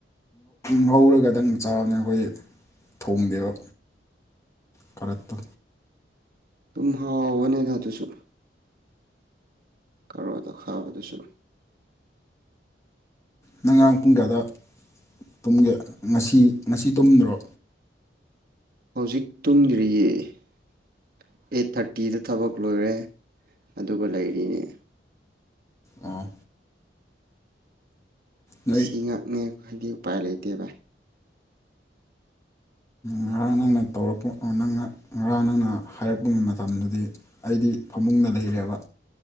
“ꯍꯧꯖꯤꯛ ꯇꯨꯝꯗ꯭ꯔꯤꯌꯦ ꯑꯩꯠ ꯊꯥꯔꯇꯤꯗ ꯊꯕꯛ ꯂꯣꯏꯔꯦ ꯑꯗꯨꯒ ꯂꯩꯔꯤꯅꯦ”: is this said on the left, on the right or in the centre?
Right